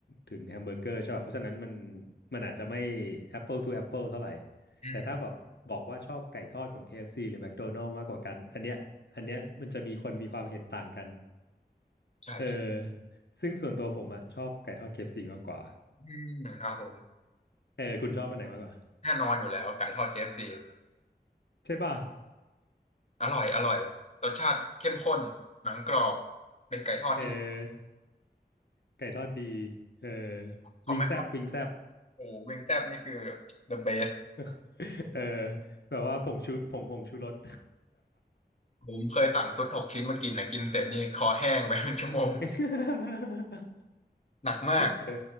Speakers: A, on the left; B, on the left.
A: ถึงแฮมเบอร์เกอร์ใช่ป่ะเพราะฉะนั้นมันมันอาจจะไม่ Apple to Apple เท่าไหร่
B: อืม
A: แต่ถ้าแบบบอกว่าชอบไก่ทอดของ KFC หรือ McDonald's มากกว่ากันอันเนี้ยอันเนี้ยมันจะมีคนมีความเห็นต่างกัน
B: ใช่
A: เออซึ่งส่วนตัวผมอะชอบไก่ทอด KFC มากกว่า
B: อืมครับผม
A: เออคุณชอบอันไหนมากกว่า
B: แน่นอนอยู่แล้วไก่ทอด KFC อฟซี
A: ใช่ป่ะ
B: อร่อยอร่อยรสชาติเข้มข้นหนังกรอบเป็นไก่ทอดที่ดี
A: เออไก่ทอดดีเออ
B: คอมแม็ก
A: วิงแซบวิงแซบ
B: โอ้วิงแซ่บนี่คือ the best
A: <laughs> เออแบบว่าผงชูผงผงชูรส
B: ผมเคยสั่งชุดหกชิ้นมากินนะกินเสร็จนี่คอแห้งไปเป็นชั่วโมง
A: <laughs>
B: หนักมาก
A: เออ